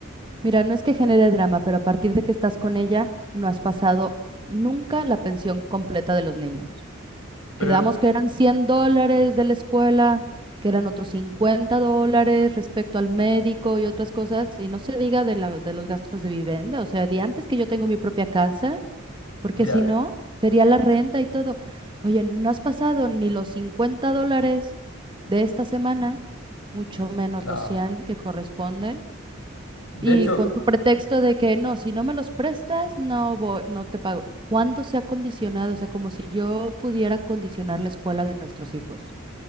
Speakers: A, on the right; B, on the left.
A: Mira, no es que genere drama, pero a partir de que estás con ella, no has pasado nunca la pensión completa de los niños.
B: Pero
A: Quedamos que eran 100 dólares de la escuela, que eran otros 50 dólares respecto al médico y otras cosas, y no se diga de la, de los gastos de vivienda, o sea, de antes que yo tengo mi propia casa, porque
B: mira,
A: si no, sería la renta y todo. Oye, no has pasado ni los 50 dólares de esta semana, mucho menos
B: no.
A: los 100 que corresponden.
B: De
A: Y
B: hecho,
A: con tu pretexto de que no, si no me los prestas, no voy- no te pago. ¿Cuándo se ha condicionado? O sea, como si yo pudiera condicionar la escuela de nuestros hijos.